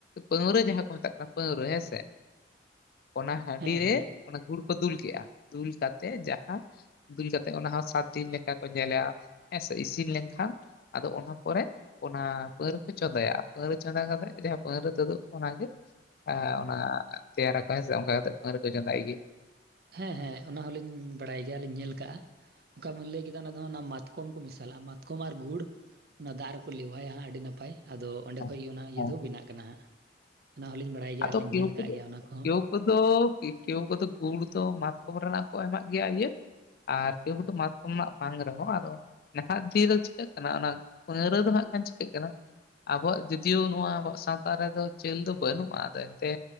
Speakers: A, on the left; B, on the right.
A: ᱯᱟᱹᱶᱨᱟᱹ ᱡᱟᱦᱟᱸ ᱠᱚ ᱢᱮᱛᱟᱜ ᱠᱟᱱᱟ ᱯᱟᱹᱶᱨᱟᱹ ᱦᱮᱸ ᱥᱮ ᱚᱱᱟ ᱦᱟᱺᱰᱤ
B: ᱦᱮᱸ
A: ᱨᱮ,
B: ᱦᱮᱸ
A: ᱚᱱᱟ ᱜᱩᱲ ᱠᱚ ᱫᱩᱞ ᱠᱼᱟ ᱫᱩᱞ ᱠᱟᱛᱮ ᱡᱟᱦᱟᱸ ᱫᱩᱞ ᱠᱟᱛᱮᱫ ᱚᱱᱟ ᱦᱚᱸ ᱥᱟᱛ ᱫᱤᱱ ᱞᱮᱠᱟ ᱠᱚ ᱧᱮᱞᱞᱟ ᱦᱮᱸ ᱥᱮ ᱤᱥᱤᱱ ᱞᱮᱱᱠᱷᱟᱱ, ᱟᱫᱚ ᱚᱱᱟ ᱯᱚᱨᱮ ᱚᱱᱟ ᱯᱟᱹᱣᱨᱟᱹ ᱠᱚ ᱪᱚᱸᱫᱟᱭᱟ ᱯᱟᱹᱣᱨᱟᱹ ᱪᱚᱸᱫᱟ ᱠᱟᱛᱮᱫ ᱡᱟᱦᱟᱸ ᱯᱟᱹᱣᱨᱟᱹ ᱛᱩᱫᱩᱜ ᱚᱱᱟᱜᱮ ᱚᱱᱟ ᱛᱮᱭᱟ ᱨᱟᱠᱚ ᱦᱮᱥᱮ ᱚᱱᱠᱟ ᱠᱟᱛᱮ ᱯᱟᱹᱣᱟᱹ ᱠᱚ ᱪᱚᱸᱫᱟᱭ ᱜᱮ
B: ᱦᱮᱸ ᱦᱮᱸ ᱚᱱᱟ ᱦᱚᱸᱞᱤᱧ ᱵᱟᱲᱟᱭ ᱜᱮᱭᱟ ᱞᱤᱧ ᱧᱮᱞ ᱠᱟᱜᱼᱟ, ᱚᱱᱠᱟ ᱵᱤᱱ ᱞᱟᱹᱭ ᱠᱮᱫᱟ ᱚᱱᱟ ᱫᱚ ᱚᱱᱟ ᱢᱟᱛᱠᱚᱢ ᱠᱚ ᱢᱮᱥᱟ ᱞᱟᱜᱼᱟ ᱢᱟᱛᱠᱚᱢ ᱟᱨ ᱜᱩᱲ, ᱚᱱᱟ ᱫᱟᱜ ᱨᱮᱠᱚ ᱞᱮᱣᱦᱟᱭᱟ ᱦᱟᱸᱜ ᱟᱹᱰᱤ ᱱᱟᱯᱟᱭ ᱟᱫᱚ
A: ᱟᱫᱚ
B: ᱚᱸᱰᱮ ᱠᱷᱚᱡ ᱜᱮ ᱚᱱᱟ ᱤᱭᱟᱹ ᱫᱚ ᱵᱮᱱᱟᱜ ᱠᱟᱱᱟ ᱦᱟᱸᱜ᱾ ᱚᱱᱟ ᱦᱚᱸᱞᱤᱧ ᱵᱟᱲᱟᱭ ᱜᱮᱭᱟ
A: ᱟᱫᱚ
B: ᱟᱨ ᱞᱤᱧ
A: ᱠᱮᱣ
B: ᱧᱮᱞ
A: ᱠᱚᱫᱚ
B: ᱠᱟᱜ ᱜᱮᱭᱟ ᱚᱱᱟ ᱠᱚᱦᱚᱸ
A: ᱠᱮᱣ ᱠᱚᱫᱚ ᱠᱮᱣ ᱠᱚᱫᱚ ᱜᱩᱲ ᱫᱚ ᱢᱟᱛᱠᱚᱢ ᱨᱮᱱᱟᱜ ᱠᱚ ᱮᱢᱟᱜ ᱜᱮᱭᱟ ᱤᱭᱟᱹ ᱟᱨ ᱛᱮᱣ ᱠᱚᱫᱚ ᱢᱟᱛᱠᱚᱢ ᱨᱮᱱᱟᱜ ᱵᱟᱝ ᱨᱮᱦᱚᱸ ᱟᱫᱚ, ᱱᱟᱦᱟᱜ ᱫᱤᱱ ᱨᱮ ᱪᱤᱠᱟᱹᱜ ᱠᱟᱱᱟ ᱚᱱᱟ ᱯᱟᱣᱨᱟᱹ ᱫᱚ ᱦᱟᱸᱜ ᱠᱷᱟᱱ ᱪᱤᱠᱟᱹᱜ ᱠᱟᱱᱟ, ᱟᱵᱚᱣᱟᱜ ᱡᱩᱫᱤᱭᱳ ᱱᱚᱣᱟ ᱟᱵᱚᱣᱟᱜ ᱥᱟᱶᱛᱟ ᱨᱮᱫᱚ ᱪᱟᱹᱞ ᱫᱚ ᱵᱟᱹᱱᱩᱜᱼᱟ ᱟᱫᱚ ᱮᱱᱛᱮ,